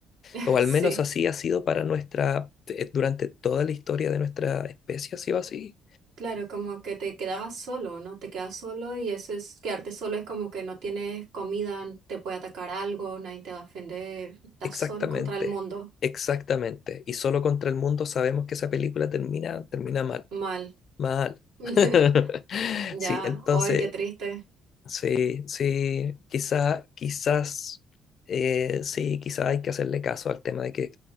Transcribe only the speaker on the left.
O al
menos así ha sido para nuestra, eh, durante toda la historia de nuestra especie, ha sido así.
Exactamente,
exactamente. Y solo contra el mundo sabemos que esa película termina, termina mal,
mal.
<laughs>
Sí, entonces,
sí, sí, quizá, quizás, eh, sí, quizá hay que hacerle caso al tema de que